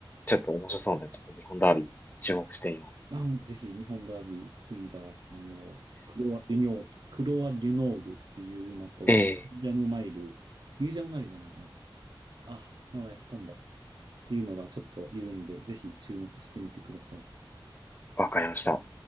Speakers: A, on the left (about 20°); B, on the right (about 60°).
A: ちょっと面白そうなんで、ちょっと日本ダービー注目しています。
B: あ、ぜひ、日本ダービー、次が、あの、クロア・リュノール、クロア・リュノールっていう馬と、
A: ええ、
B: ミュージアムマイル、ミュージアムマイルじゃないな。あ、名前飛んだ。っていうのがちょっといるんで、ぜひ注目してみてください。
A: わかりました。